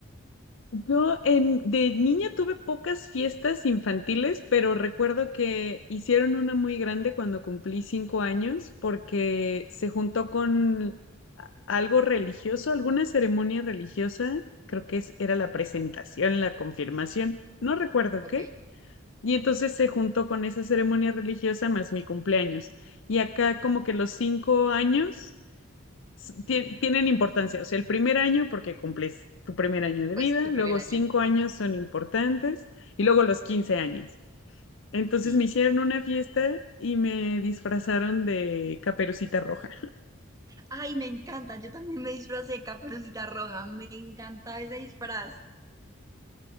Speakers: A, on the left; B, on the right.
A: Yo en, de niña tuve pocas fiestas infantiles, pero recuerdo que hicieron una muy grande cuando cumplí cinco años porque se juntó con a- algo religioso, alguna ceremonia religiosa, creo que es- era la presentación, la confirmación, no recuerdo
B: Ok,
A: qué. Y entonces se juntó con esa ceremonia religiosa más mi cumpleaños. Y acá como que los cinco años s- tie- tienen importancia. O sea, el primer año porque cumples tu primer año de
B: pues
A: vida,
B: tu primer
A: luego
B: año.
A: cinco años son importantes y luego los 15 años. Entonces
B: Sí.
A: me hicieron una fiesta y me disfrazaron de Caperucita Roja.
B: Ay, me encanta. Yo también me disfracé de Caperucita Roja. Me encantaba ese disfraz.